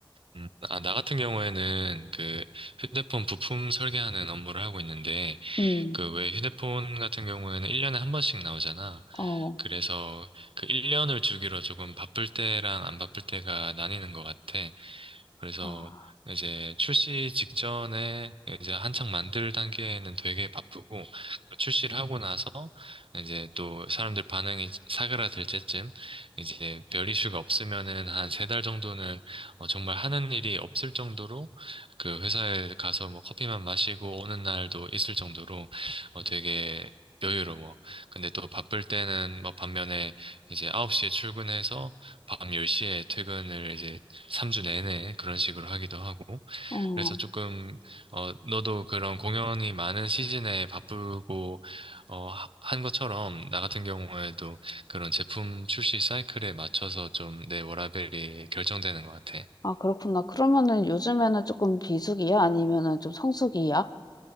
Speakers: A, on the right (about 75°); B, on the left (about 45°).
A: 음, 아, 나 같은 경우에는 그 휴대폰 부품 설계하는 업무를 하고 있는데
B: 음.
A: 그 왜 휴대폰 같은 경우에는 1년에 한 번씩 나오잖아.
B: 어.
A: 그래서 그 1년을 주기로 조금 바쁠 때랑 안 바쁠 때가 나뉘는 것 같아. 그래서
B: 아.
A: 이제 출시 직전에 이제 한창 만들 단계에는 되게 바쁘고 출시를 하고 음. 나서 이제 또 사람들 반응이 사그라들 때쯤 이제 별 이슈가 없으면은 한 세 달 정도는 어, 정말 하는 일이 없을 정도로 그 회사에 가서 뭐 커피만 마시고 오는 날도 있을 정도로 어, 되게 여유로워. 근데 또 바쁠 때는 뭐 반면에 이제 9시에 출근해서 밤 10시에 퇴근을 이제 3주 내내 그런 식으로 하기도 하고,
B: 어.
A: 그래서 조금, 어, 너도 그런 공연이 많은 시즌에 바쁘고, 어, 하- 한 것처럼, 나 같은 경우에도 그런 제품 출시 사이클에 맞춰서 좀 내 워라밸이 결정되는 것 같아.
B: 아 그렇구나. 그러면은 요즘에는 조금 비수기야? 아니면은 좀 성수기야?